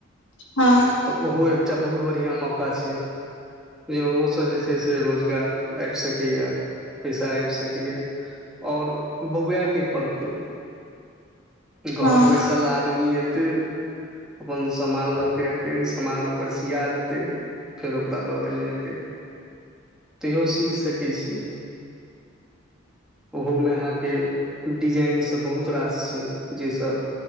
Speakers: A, on the left; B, in the centre.
A: हँ
B: तऽ ओहो एकटा बहुत बढ़िआँ मौका छै जे ओहोसँ जे छै से रोजगार आबि सकैऐ पैसा आबि सकैऐ आओर बौआए नहि पड़तै घर
A: हँ
B: बैसल आदमी एत्ते अपन सामान लऽ के एतै सामान ओकर सिया जेतै फेर ओकरा दऽ देल जेतै तेहो सीख सकैत छी
A: <inaudible>
B: ओहोमे अहाँके डिजाइनसभ बहुत रास छै जहिसँ